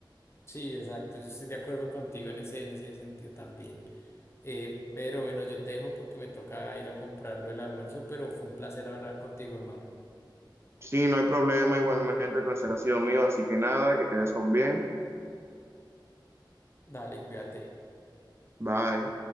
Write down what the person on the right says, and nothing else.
Sí, no hay problema, igualmente el placer ha sido mío, así que nada, que quedes con bien.
Bye.